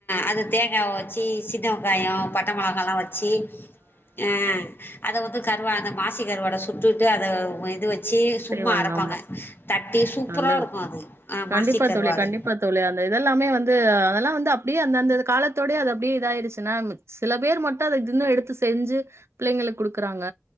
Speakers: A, on the left (about 55°); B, on the right (about 80°).
A: அது தேங்காவ வச்சி சின்ன வெக்காயோ பட்ட மொளகா எல்லா வெச்சி ஆ அத வந்து கருவா அந்த மாசி கருவாட சுட்டுட்டு அத இத வெச் சி சும்மா
B: செய்வாங்க
A: அரப்பாங்க
B: ஆமா
A: தட்டி சூப்பரா
B: நல்லது
A: இருக்கு அது அ
B: கண்டிப்பா
A: மாசி கருவாடு
B: தோழி கண்டிப்பா தோழி அந்த இதெல்லாமே வந்து அதெல்லா வந்து அப்டியே அந்த அந்த காலத்தோடே அது அப்டியே இதாயடுச்சுன்னா சில பேர் மட்டு அத தினோ எடுத்து செஞ்சு பிள்ளைங்களுக்கு குடுக்குறாங்க